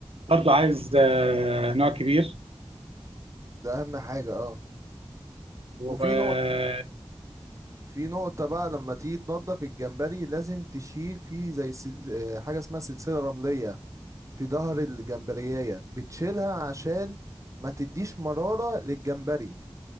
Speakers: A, on the right; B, on the right.
A: برضو عايز آه، نوع كبير
B: ده اهم حاجه اه
A: وانا
B: وفي نقطه في نقطة بقى لما تيجي تنضف الجمبري لازم تشيل فيه زي سل... آه، حاجة اسمها سلسلة رملية في ظهر الجمبرياية بتشيلها عشان ما تديش مرارة للجمبري